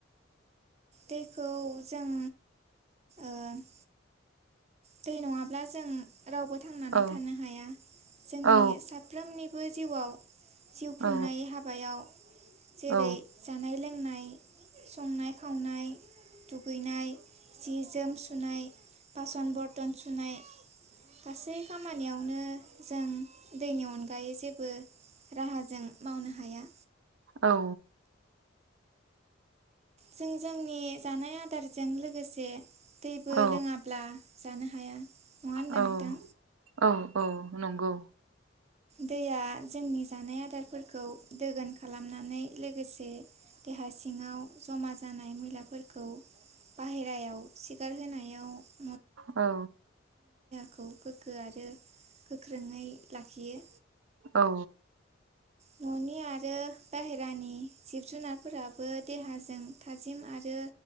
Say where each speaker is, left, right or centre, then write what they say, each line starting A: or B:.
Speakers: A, on the right; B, on the right.
A: दैखौ जों ओ <inaudible> दै नङाब्ला जों रावबो थांनानै
B: औ
A: थानो हाया जोंनि
B: औ
A: साफ्रोमनि बो जिउआव जिउ खुंनाय
B: औ
A: हाबायाव जेरै
B: औ
A: जानाय लों संनाय खावनाय दुगैनाय जि जोम सु बासन बर टन सुनाय गासै खामानियावनो जों दैनि अनगायै जेबो राहाजों मावनो हाया।
B: औ
A: जों जोंनि जानाय आदारजों लोगोसे दैबो
B: औ
A: लोङाब्ला जानो हाया नङा होनबा
B: औ
A: नोंथां
B: औ औ नंगौ
A: दैया जोंनि जानाय आदारफोरखौ दोगोन खालामनानै लोगोसे देहा सिङाव जमा जानाय मैलाफोरखौ बाहेरायाव सिगारहोनायाव
B: औ
A: खौ गोग्गो आरो गोख्रोङै लाखियो।
B: औ
A: न'नि आरो बाहेरानि जिब जुनारफोराबो देहाजों थाजिम आरो